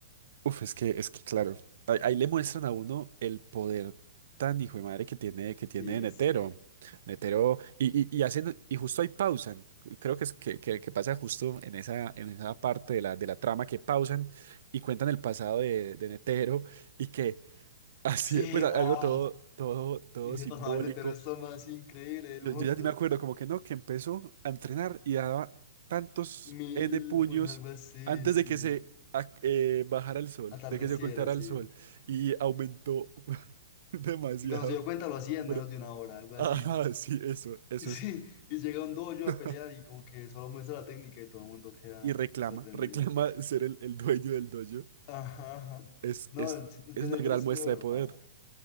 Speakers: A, on the right; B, on the left.
A: Uf, es que, es que claro, ahí, ahí le muestran a uno el poder tan hijo de madre que tiene, que tiene
B: Sí,
A: Netero.
B: sí.
A: Netero, y, y, y hacen, y justo ahí pausan. Creo que es que, que, que pasa justo en esa, en esa parte de la, de la trama que pausan y cuentan el pasado de, de Netero y que así,
B: Sí,
A: pues a-
B: oh,
A: algo todo, todo, todo
B: ese
A: simbólico.
B: pasado en Netero es lo más increíble del
A: Yo,
B: mundo.
A: yo ya ni me acuerdo, como que no, que empezó a entrenar y daba tantos
B: Mil
A: N puños
B: puños, algo así,
A: antes
B: sí.
A: de que se ac- eh, bajara el sol,
B: Atardeciera,
A: de que se ocultara
B: sí.
A: el sol. Y aumentó <laughs> demasiado.
B: Y cuando se dio cuenta lo hacía
A: Pero,
B: en menos de una hora, algo
A: ajá,
B: así.
A: sí, eso, eso
B: Y sí,
A: es.
B: y llega un dojo
A: <laughs>
B: a pelear y como que solo muestra la técnica y todo el mundo queda
A: Y reclama,
B: sorprendido.
A: reclama ser el, el dueño del dojo.
B: Ajá, ajá.
A: Es,
B: No,
A: es,
B: el Ted
A: es una
B: Ted
A: gran
B: es
A: muestra
B: muy overpower.
A: de poder.